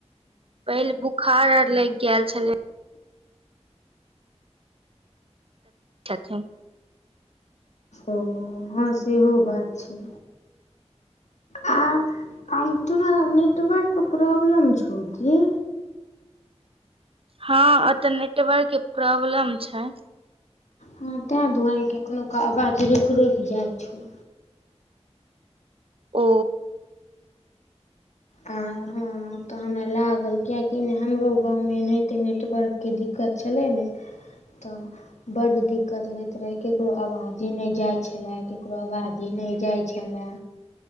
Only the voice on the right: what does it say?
पहिले बुखार आर लइग गैल छले। छठिन।
हँ अतऽ नेटवर्क के प्रॉब्लम छै।
ओ।